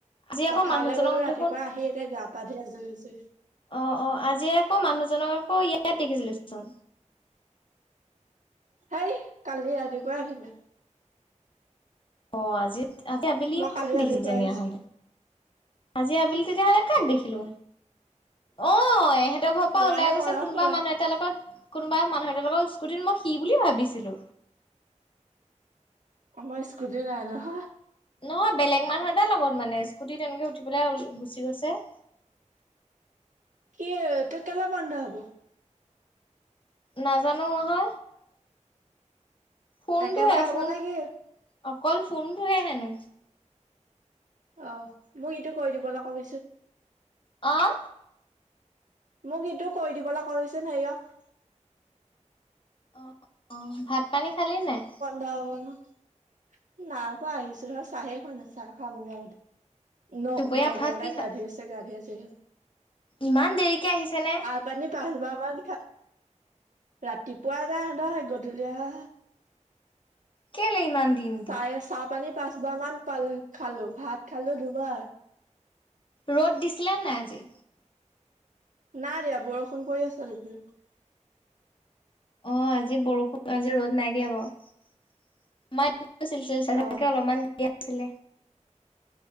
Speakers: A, on the left (about 40°); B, on the right (about 80°).
A: আজি আকৌ
B: পথাৰলে
A: মানুহজনক
B: গ'লো ৰাতিপুৱা
A: দেখোন
B: আহি এতিয়া গা পা ধোই আজুৰি হৈছোহে।
A: অঁ অঁ আজি আকৌ মানুহজনক আকৌ ইয়াত দেখিছিলোচোন।
B: সেই, কালি ৰাতিপোৱাই আহিলে।
A: অ, আজি, আজি আবেলি
B: মই কালি
A: কা
B: ৰাতিপুৱাই
A: দেখিল যে
B: আহিছো
A: হ'লে। আজি আবেলি তেতিয়াহ'লে কাক দেখিলো? অ, এহেঁতৰ ঘৰৰ পৰা
B: জানো
A: ওলাই গৈছে
B: মনত
A: কোনোবা
B: পেলালে
A: মানুহ এট লগত। কোনোবা মানুহ এটা লগত স্কুটিত মই সি বুলি ভাবিছিলো।
B: আমাৰ, স্কুটি নাই নহয়।
A: নহয় বেলেগ মানুহ এটাৰ লগত মানে স্কুটিত এনেকে উঠি পেলাই গুচি গৈছে।
B: কি তোৰ কেলে বন্ধ হব?
A: নাজানো বোলো। ফোনটোহে,
B: একেবাৰে হব
A: ফোন।
B: নে কি
A: অকল ফোনটোহে হেনো।
B: অহ, মোক ইটো কৈ দিবলে কবিচোন।
A: অঁ,
B: মোক ইটো কৰি দিবলে কবি চোন সেইয়ক।
A: অ', অঁ। ভাত পানী খালি নাই?
B: নাই বিনোৱা। নাই খোৱা আহিছো হে আৰু চাহে খোৱা নাই চাহ খামগে ন'
A: দুপৰীয়া
B: নবৌহঁতে
A: ভাত কি খা
B: গা ধোই আছে, গা ধোই আছে সিহঁত।
A: ইমান দেৰিকে আহিছেনে?
B: পানী পাঁচবাৰ মান ফা ৰাতিপুৱা যায় হেতৰ গধূলি আহে।
A: কেলে ইমান দিন?
B: চা এই চাহ পানী পাঁচবাৰ মান পালো খালো, ভাত খালো দুবাৰ।
A: ৰ'দ দিছিলে নাই আজি?
B: না দিয়া বৰষুণ পৰি আছে <unintelligible>
A: অ, আজি বৰষুণ, আজি ৰ'দ নাই দিয়া বাও। মাই <unintelligible> সেনেকে
B: অহ
A: অলপমান দিয়া আছিলে।